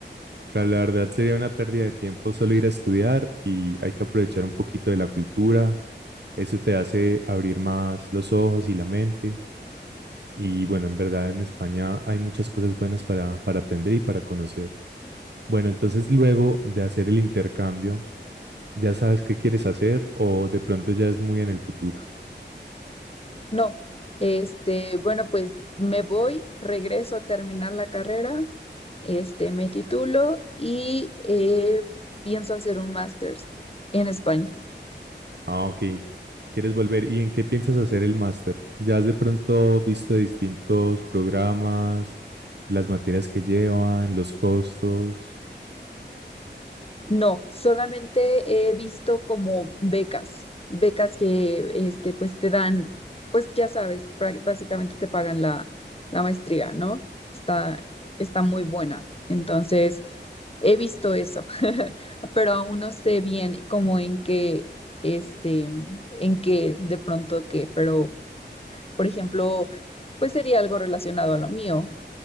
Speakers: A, on the right; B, on the left.
A: Claro, la verdad sería una pérdida de tiempo solo ir a estudiar y hay que aprovechar un poquito de la cultura. Eso te hace abrir más los ojos y la mente. Y bueno, en verdad en España hay muchas cosas buenas para, para aprender y para conocer. Bueno, entonces luego de hacer el intercambio, ¿Ya sabes qué quieres hacer o de pronto ya es muy en el futuro?
B: No, este, bueno, pues me voy, regreso a terminar la carrera, este, me titulo y eh, pienso hacer un máster en España.
A: Ah, ok. ¿Quieres volver? ¿Y en qué piensas hacer el máster? ¿Ya has de pronto visto distintos programas, las materias que llevan, los costos?
B: No, solamente he visto como becas, becas que este, pues te dan, pues ya sabes, prá- básicamente te pagan la, la maestría, ¿no? Está, está muy buena. Entonces, he visto eso, <laughs> pero aún no sé bien como en qué, este, en qué de pronto qué, pero, por ejemplo, pues sería algo relacionado a lo mío.